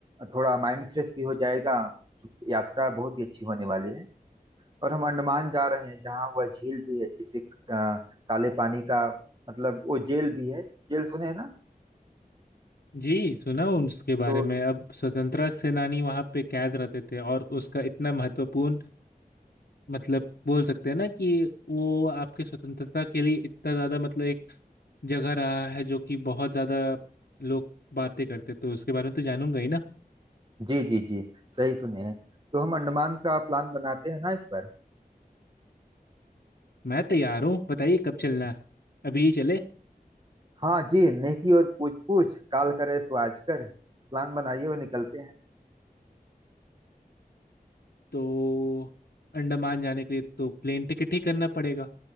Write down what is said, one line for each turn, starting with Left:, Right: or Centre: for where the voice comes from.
Right: थोड़ा माइंड फ्रेश भी हो जाएगा चूंकि यात्रा बहुत ही अच्छी होने वाली है और हम अंडमान जा रहे हैं जहाँ वह झील भी है जिसे अ, काले पानी का मतलब वो जेल भी है जेल सुने हैं ना
Left: जी सुना हूँ उसके बारे
Right: तो
Left: में अब स्वतंत्रता सेनानी वहाँ पे कैद रहते थे और उसका इतना महत्वपूर्ण मतलब बोल सकते हैं ना कि वो आपके स्वतंत्रता के लिए इतना ज़्यादा मतलब एक जगह रहा है जो कि बहुत ज़्यादा लोग बातें करते तो उसके बारे में तो जानूंगा ही ना
Right: जी जी जी सही सुने हैं तो हम अंडमान का प्लान बनाते हैं ना इस पर
Left: मैं तैयार हूँ बताइए कब चलना है अभी ही चले
Right: हाँ जी नेकी और पूछ पूछ काल करे सो आज कर प्लान बनाइए और निकलते
Left: तो अंडमान जाने के लिए तो प्लेन टिकट ही करना पड़ेगा